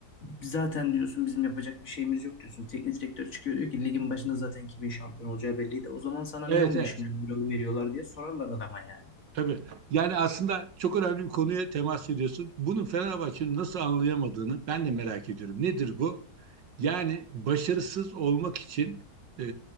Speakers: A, on the left; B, on the right.
A: zaten diyorsun bizim yapacak bir şeyimiz yok diyorsun. Teknik direktör çıkıyor diyor ki ligin başında zaten kimin şampiyon olacağı belliydi. O zaman sana
B: Evet
A: niye 15
B: evet.
A: milyon euro veriyorlar diye sorarlar adama yani.
B: Tabii. Yani aslında çok önemli bir konuya temas ediyorsun. Bunu Fenerbahçe'nin nasıl anlayamadığını ben de merak ediyorum. Nedir bu? Yani başarısız olmak için e,